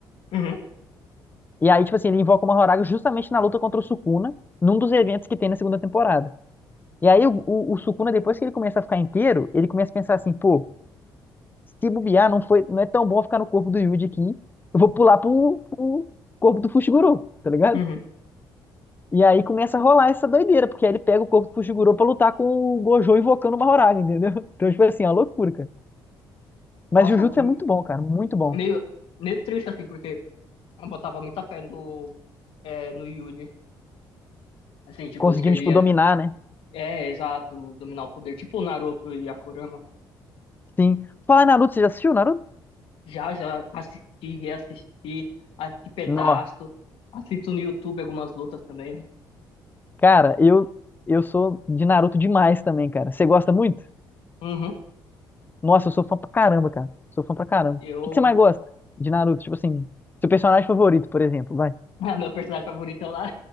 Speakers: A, on the left; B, on the left.
A: Uhum,
B: E aí, tipo assim, ele invoca o Mahoraga justamente na luta contra o Sukuna, num dos eventos que tem na segunda temporada. E aí, o, o, o Sukuna, depois que ele começa a ficar inteiro, ele começa a pensar assim, pô, se bobear, não foi, não é tão bom ficar no corpo do Yuji aqui, eu vou pular pro, pro corpo do Fushiguro, tá ligado?
A: uhum.
B: E aí começa a rolar essa doideira, porque aí ele pega o corpo do Fushiguro pra lutar com o Gojo invocando o Mahoraga, entendeu? <laughs> Então, tipo assim, é uma loucura, cara. Mas
A: Nossa,
B: Jujutsu
A: m-
B: é muito bom, cara, muito bom.
A: meio, meio triste, assim, porque eu botava muita fé no, é, no Yuri. Assim, tipo,
B: Conseguindo,
A: de que ele
B: tipo,
A: ia.
B: dominar, né?
A: É, exato, dominar o poder. Tipo o Naruto e a Kurama.
B: Sim. Falar em Naruto, você já assistiu Naruto?
A: Já, já assisti, reassisti, assisti pedaços,
B: Não.
A: assisto no YouTube algumas lutas também.
B: Cara, eu eu sou de Naruto demais também, cara. Você gosta muito?
A: Uhum.
B: Nossa, eu sou fã pra caramba, cara. Sou fã pra caramba.
A: Eu,
B: O que que você mais gosta de Naruto? Tipo assim, seu personagem favorito, por exemplo, vai.
A: <laughs> ah, meu personagem favorito é o, Na...